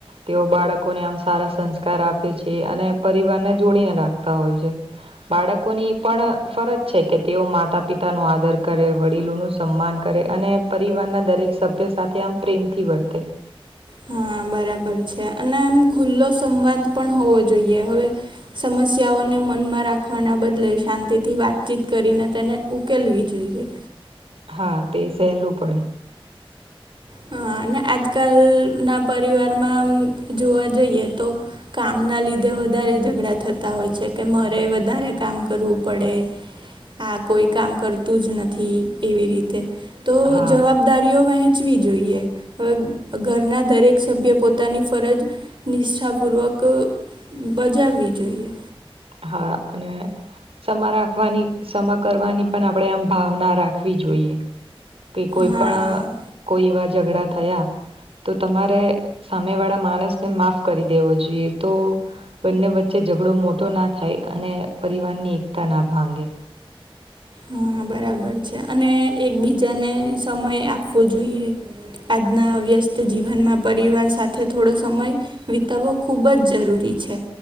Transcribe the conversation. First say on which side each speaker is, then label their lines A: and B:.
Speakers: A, on the right; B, on the right.
A: તેઓ બાળકોને આમ સારા સંસ્કાર આપે છે અને પરિવારને જોડીને રાખતા હોય છે. બાળકોની પણ ફરજ છે કે તેઓ માતા પિતા પિતા નો આદર કરે વડીલોનું સન્માન કરે અને પરિવારના દરેક સભ્ય સાથે આમ પ્રેમથી વર્તે.
B: હા બરાબર છે, અને આમ ખુલ્લો સંવાદ પણ હોવો જોઈએ હવે. સમસ્યાઓને મનમાં રાખવાના બદલે શાંતિથી વાતચીત કરીને તેને ઉકેલવી જોઈએ.
A: હા તે સહેલું પડે.
B: હા અને આજકાલના પરિવારમાં આમ જોવા જઈએ તો, કામ ના લીધે વધારે ઝઘડા થતા હોય છે કે મારે વધારે કામ કરવું પડે, હા કોઈ કામ કરતું જ નથી એવી રીતે તો
A: હા
B: જવાબદારીઓ વહેંચવી જ જોઈએ હવે ઘરના દરેક સભ્ય પોતાની ફરજ, નિષ્ઠાપૂર્વક બજાવવી જોઈએ.
A: હા અને, ક્ષમા રાખવાની ક્ષમા કરવાની પણ આપણે આમ ભાવના રાખવી જોઈએ. કે કોઈ
B: હા
A: પણ કોઈ એવા ઝઘડા થયા. તો તમારે સામેવાળા માણસને માફ કરી દેવો જોઈએ તો, બંને વચ્ચે ઝઘડો મોટો ના થાય અને પરિવારની એકતા ના ભાંગે,
B: હા બરાબર છે અને એકબીજાને સમય આપવો જોઈએ. આજના વ્યસ્ત જીવનમાં પરિવાર સાથે થોડો સમય, વિતાવવો ખુબ જ જરૂરી છે.